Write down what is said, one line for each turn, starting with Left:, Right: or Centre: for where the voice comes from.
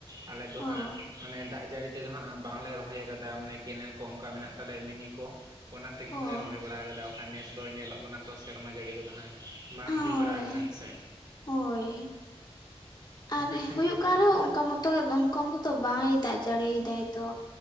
Right: ᱟᱞᱮ ᱫᱚ
Left: ᱚ
Right: ᱦᱟᱸᱜ ᱢᱟᱱᱮ ᱫᱟᱜ ᱡᱟᱹᱲᱤ ᱛᱮ ᱫᱚ ᱦᱟᱸᱜ ᱵᱟᱝᱞᱮ ᱨᱚᱦᱚᱭ ᱟᱠᱟᱫᱟ ᱢᱟᱱᱮ ᱠᱮᱱᱮᱞ ᱠᱚ ᱚᱝᱠᱟ ᱢᱮᱱᱟᱜ ᱛᱟᱞᱮᱭᱟ ᱢᱤᱱᱤ ᱠᱚ᱾ ᱚᱱᱟ ᱛᱮᱜᱮ ᱦᱚᱸᱞᱮ
Left: ᱚ
Right: ᱨᱚᱦᱚᱭ ᱵᱟᱲᱟ ᱠᱟᱫᱟ᱾ ᱠᱷᱟᱱ ᱱᱮᱥ ᱫᱚ ᱧᱮᱞᱚᱜ ᱠᱟᱱᱟ ᱛᱚ ᱥᱮᱨᱢᱟ ᱡᱟᱹᱲᱤ ᱠᱚᱫᱚ ᱦᱟᱸᱜ ᱵᱟᱝ
Left: ᱦᱳᱭ
Right: ᱦᱩᱭ ᱵᱟᱲᱟ ᱟᱠᱟᱱᱟ, ᱦᱮᱸ ᱥᱮ?
Left: ᱦᱳᱭ, ᱟᱨ
Right: ᱟᱯᱮ ᱥᱮᱱ
Left: ᱦᱩᱭᱩᱜ
Right: ᱜᱮ
Left: ᱠᱟᱱ
Right: ᱛᱟᱦᱚᱞᱮ
Left: ᱨᱮᱦᱚᱸ ᱚᱱᱠᱟ ᱢᱚ ᱛᱚ <unintelligible> ᱠᱚ ᱫᱚ ᱵᱟᱭ ᱫᱟᱜ ᱡᱟᱹᱲᱤᱭ ᱫᱟᱭ ᱛᱚ